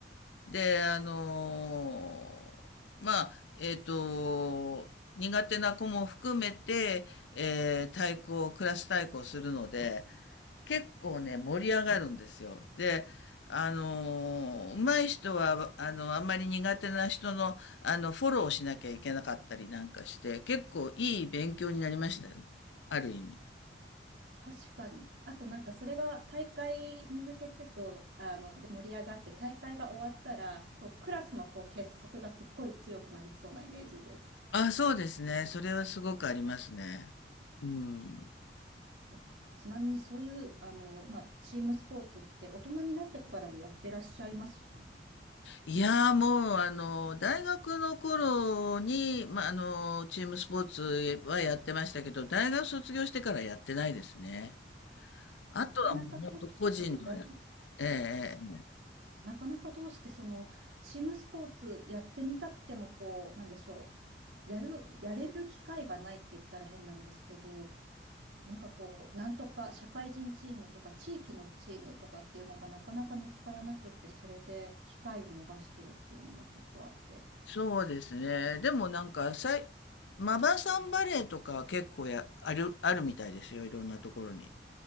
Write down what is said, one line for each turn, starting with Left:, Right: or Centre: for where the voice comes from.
Left: で、あのーまあ、えっと、苦手な子も含めて、えー、対抗、クラス対抗するので、結構ね、盛り上がるんですよ。で、あのー、上手い人は、あの、あんまり苦手な人の、あの、フォローをしなきゃいけなかったりなんかして、結構いい勉強になりましたよ。ある意味。
Right: 確かに。あとなんかそれが大会に向けてと、あの、で盛り上がって、大会が終わったら、こうクラスのこう結束がすっごい強くなりそうなイメージです。
Left: あ、そうですね。それはすごくありますね。うん。
Right: えちなみにそういうあの、まあ、チームスポーツって大人になってからもやってらっしゃいます
Left: いやーもう、あの、大学の頃に、まあ、あの、チームスポーツはやってましたけど、大学卒業してからやってないですね。あとはもう本当個人のや、
Right: なかなかどうしていら
Left: ええ、
Right: す
Left: ええ
Right: なかなかどうしてそのチームスポーツやってみたくてもこうなんでしょうやるやれる機会がないって言ったら変なんですけどなんかこうなんとか社会人チームとか地域のチームとかっていうのがなかなか見つからなくってそれで機会を逃してるっていうのもちょっとあって。
Left: そうですね。でもなんか、さい、マバさんバレーとか結構や、ある、あるみたいですよ。いろんなところに。